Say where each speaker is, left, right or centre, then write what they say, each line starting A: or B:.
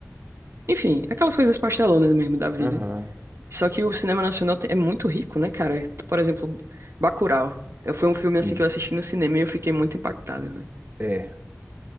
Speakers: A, on the right; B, on the right.
A: enfim, aquelas coisas pastelonas mesmo da vida.
B: Aham,
A: Só que o cinema nacional te- é muito rico, né, cara? Por exemplo, Bacurau. Eu, foi um filme assim
B: sim.
A: que eu assisti no cinema e eu fiquei muito impactado, velho.
B: É,